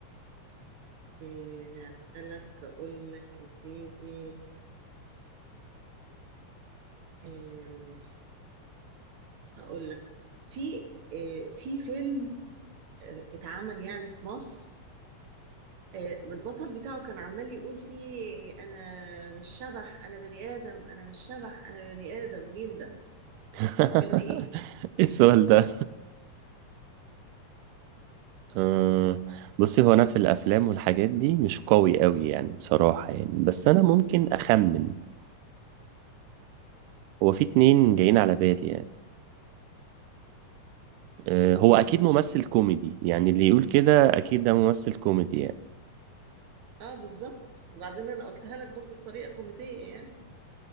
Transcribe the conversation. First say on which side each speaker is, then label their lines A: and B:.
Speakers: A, on the right (about 60°); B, on the right (about 80°).
A: آه، أسألك أقول لك يا سيدي آه، هقول لك في آه، في فيلم آه، اتعمل يعني في مصر آه، البطل بتاعه كان عمال يقول فيه أنا مش شبح أنا بني آدم أنا مش شبح أنا بني آدم مين ده؟
B: <laughs>
A: فيلم إيه؟
B: ايه السؤال ده <laughs> آه، بصي هو انا في الافلام والحاجات دي مش قوي قوي يعني بصراحة يعني بس انا ممكن اخمن هو في اتنين جايين على بالي يعني آه، هو اكيد ممثل كوميدي يعني اللي يقول كده اكيد ده ممثل كوميدي يعني
A: اه بالظبط وبعدين انا قلتها لك برضو بطريقه كوميديه يعني